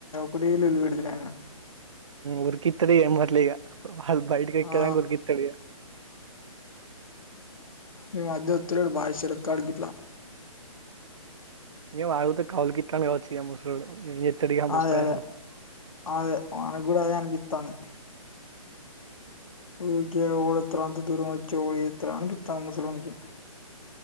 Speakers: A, on the left; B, on the right.
A: కుడలు ఉళ్ పెడుతుట
B: ఉరికి తడి ఏ మట్లేగా వాళ బయటకి ఇక్కంగా
A: ఆ
B: ఉరుకితడిగా
A: ఈవ మధ్యతుల బాషీల క అగిట్లా
B: ఏం అడిగితే కౌలుకితడు కావచ్చు ముసలోడు ఏం చేస్తాడు ఇక ముసలాయనయిండు
A: అదే అదే అదే మనకు కూడా అదే అనిపిస్తాంది ఊరిక ఓడితార అంత దూరం వచ్చి ఓడిత అనిపిస్తా ఉంది ముసలోనికి